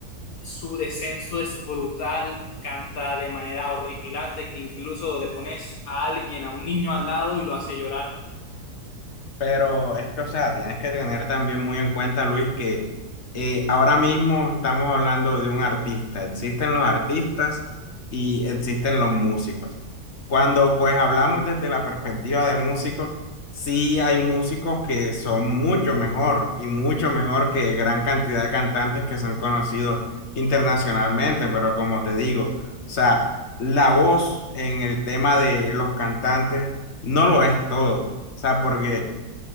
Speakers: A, on the left; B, on the left.
A: su descenso es brutal, canta de manera horripilante, que incluso le pones a alguien, a un niño al lado y lo hace llorar.
B: Pero es que, o sea, tienes que tener también muy en cuenta, Luis, que eh, ahora mismo estamos hablando de un artista. Existen los artistas y existen los músicos. Cuando pues hablamos desde la perspectiva de músicos, sí hay músicos que son mucho mejor y mucho mejor que gran cantidad de cantantes que son conocidos internacionalmente, pero como te digo, o sea, la voz en el tema de los cantantes no lo es todo. O sea, porque